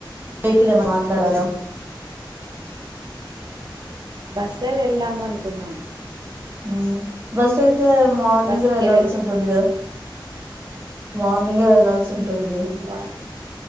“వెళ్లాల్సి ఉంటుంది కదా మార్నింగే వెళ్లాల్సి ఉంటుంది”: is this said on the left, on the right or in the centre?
Right